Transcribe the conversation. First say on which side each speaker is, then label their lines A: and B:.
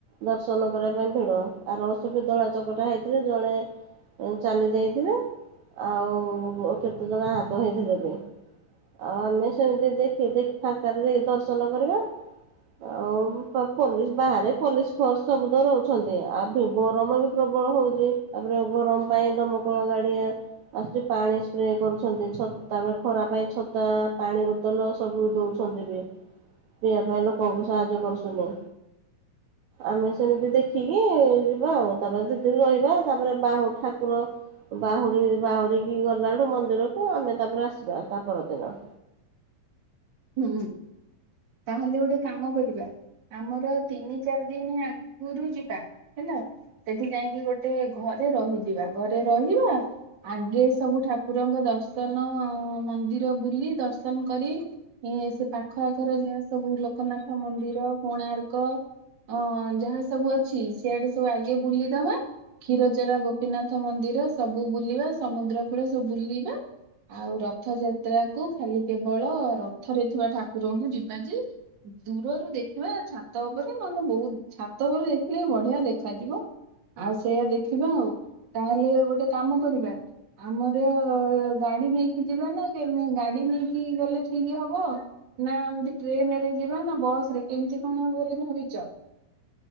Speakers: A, on the right; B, on the right.
A: ଦର୍ଶନ କରିବା ପାଇଁ ଭିଡ ଆର ବର୍ଷ ଦଳା ଚକଟା ହେଇଥିଲେ ଜଣେ ଚାଲି ଯାଇଥିଲେ ଆଉ କେତେଜଣ ଆହତ ହେଇଥିଲେ ବି। ଆଉ ଆମେ ସେମିତି ଦେଖି ଦେଖ ଫାଙ୍କାରେ ଯାଇ ଦର୍ଶନ କରିବା। ଆଉ <unintelligible> ପୋଲିସ ବାହାରେ ପୋଲିସ ଫୋର୍ଷ ସବୁ ତ ରୋହୁଛନ୍ତି ଆଉ ଗରମ ବି ପ୍ରବଳ ହୋ ଉଚି ତାପରେ ଗରମ ପାଇଁ ଦମ କଳ ଗାଡି ଆସି ପାଣି ସ୍ପ୍ରେ କରୁଛନ୍ତି ଛତା ତାପରେ ଖରା ପାଇଁ ଛତା ପାଣି ବୋତଲ ସବୁ ଦୋଉଛନ୍ତି ବି ପିଇବା ପାଇଁ ଲୋକଙ୍କୁ ସାହାଯ୍ୟ କରୁସୁନି। ଆମେ ସେମିତି ଦେଖିକି ଯିବା ଆଉ ତାପରେ ଦିଦିନି ରହିବାତାପରେ ବାହୁ ଠାକୁର ବାହୁଡି ବାହୁଡିିକି ଗଲାଠୁ ମନ୍ଦିରକୁ ଆମେ ତାପରେ ଆସିବା ତା ପରଦିନ।
B: ହୁଁ ତାହେଲେ ଗୋଟେ କାମ କରିବା। ଆମର ତିନି ଚାରି ଦିନି ଆଗରୁ ଯିବା ହେଲା। ସେଠି ଯାଇଁକି ଗୋଟେ ଘରେ ରହିଯିବା ଘରେ ରହିବା ଆଗେ ସବୁ ଠାକୁରଙ୍କ ଦର୍ଶନ ମନ୍ଦିର ବୁଲି ଦର୍ଶନ କରି ଏ ସେ ପାଖ ଆଖର ଯାହା ସବୁ ଲୋକନାଥ ମନ୍ଦିର କୋଣାର୍କ ଅ ଯାହା ସବୁ ଅଛି ସିଆଡେ ସବୁ ଆଗେ ବୁଲିଦବା କ୍ଷୀରଚୋରା ଗୋପୀନାଥ ମନ୍ଦିର ସବୁ ବୁଲିବା ସମୁଦ୍ର କୂଳେ ସବୁ ବୁଲିବା ଆଉ ରଥ ଯାତ୍ରା କୁ ଖାଲି କେବଳ ରଥରେ ଥିବା ଠାକୁରଙ୍କୁ ଯିବା ଯେ ଦୂରରୁ ଦେଖିବା ଛାତ ଉପରେ ନଲେ ବୋହୁତ ଛାତ ଉପରେ ଦେଖିଲେ ବଢିଆ ଦେଖାଯିବ। ଆଉ ସେଇଆ ଦେଖିବା ଆଉ ତାହେଲେ ଗୋଟେ କାମ କରିବା ଆମର ଗାଡି ନେଇକି ଯିବା ନା କେ ଗାଡି ନେଇକି ଗଲେ ଠିକ ହବ? ହବ ନା ଏମିତି ଟ୍ରେନରେ ଯିବା ନା ବସ ରେ କେମିତି କଣ ହବ ବୋଲି ଭାବିଚ?